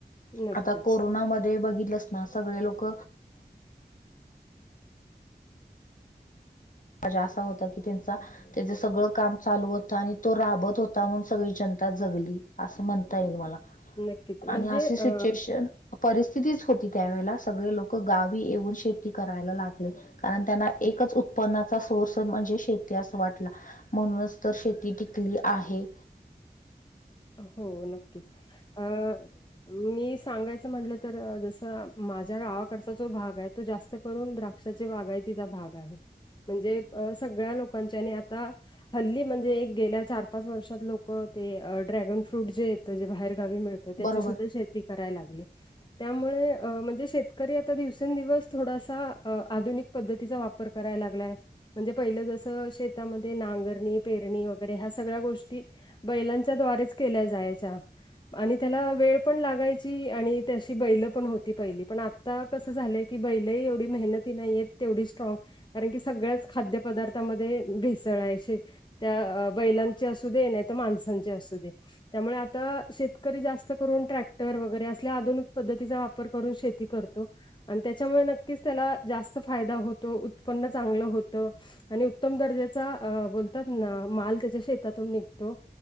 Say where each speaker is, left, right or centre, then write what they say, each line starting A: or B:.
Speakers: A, on the left; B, on the left.
A: नक्कीच
B: आता कोरोनामध्ये बघितलं सगळे लोक असा होता की त्यांचा त्याच सगळं काम चालू होत आणि तो राबत होता म्हणून सगळी जनता जगली असं म्हणता येईल मला
A: नक्कीच म्हणजे
B: आणि असे सिच्युएशन
A: अ
B: परिस्थितीच होती त्यावेळेला सगळे लोक गावी येऊन शेती करायला लागले कारण त्यांना एकच उत्पन्नाचा सोर्स म्हणजे शेती अस वाटला म्हणूनच तर शेती टिकली आहे
A: हो नक्कीच अह मी सांगायचं म्हटलं तर जसं माझ्या गावाकडचा जो भाग आहे तो जास्त करून द्राक्षाची बागायतीचा भाग आहे तो म्हणजे अह सगळ्या लोकांच्या आणि आता हल्ली म्हणजे एक गेल्या चार पाच वर्षात लोक ते ड्रॅगन फ्रूट जे येतं जे बाहेर गावी मिळतं त्याची
B: बरोबर
A: सुद्धा शेती कराय लागली त्यामुळे म्हणजे शेतकरी आता दिवसेंदिवस थोडासा आधुनिक पद्धतीचा वापर कराय लागलाय म्हणजे पहिलं जस शेतामध्ये नांगरणी पेरणी वगैरे ह्या सगळ्या गोष्टी बैलां च्या द्वारेच केल्या जायच्या आणि त्याला वेळ पण लागायची आणि ते अशी बैल पण होती पहिली पण आ आता कसं झालंय की बैल ही एवढी मेहनती नाहीयेत तेवढी स्ट्रॉग कारण की सगळ्याच खाद्य पदार्थामध्ये भेसळायचे त्या बैलांचे असू दे नाही तर माणसांचे असू दे त्यामुळे आता शेतकरी जास्त करून ट्रॅक्टर वगैरे असल्या आधुनिक पद्धतीचा वा पर करून शेती करतो आणि त्याच्यामुळे नक्कीच त्याला जास्त फायदा होतो उत्पन्न चांगलं होतं आणि उत्तम दर्जाचा अह बोलतात ना माल त्याच्या शेतातून निघतो